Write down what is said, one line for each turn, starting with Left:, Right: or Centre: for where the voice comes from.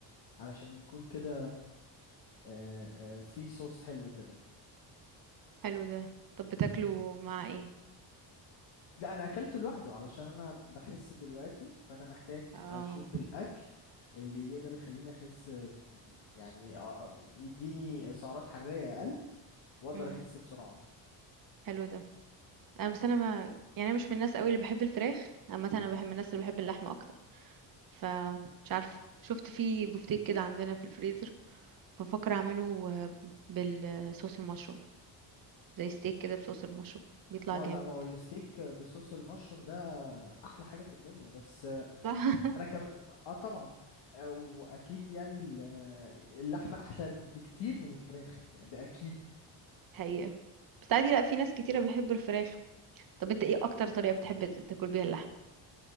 Left: علشان يكون كده آه، آه، في صوص حلو كده
Right: حلو ده طب بتاكله مع ايه
Left: لا انا اكلته لوحده علشان انا بخس دلوقتي فانا محتاج
Right: اه
Left: اشوف الاكل اللي يقدر يخليني اخس ف- يعني آه، يديني سعرات حرارية اقل واقدر
Right: مم.
Left: اخس بسرعة
Right: حلو ده انا بس انا ما يعني أنا مش من الناس قوي اللي بحب الفراخ عامه انا بحب من الناس اللي بحب اللحمه اكتر فمش عارفه شفت فيه بفتيك كده عندنا في الفريزر بفكر اعمله آه، بالصوص المشروم زي ستيك كده بصوص المشروم بيطلع
Left: اه
Right: جامد
Left: لا هو الستيك بصوص المشروم ده احلى حاجة في الدنيا بس
Right: صح
Left: انا كمان اه طبعا آه، واكيد يعني ال- اللحمه احلى بكتير من الفراخ يعني ده اكيد
Right: <laughs> حقيقة بس عادي لا في ناس كتيرة بيحبوا الفراخ طب انت ايه اكتر طريقة بتحب ت- تاكل بيها اللحم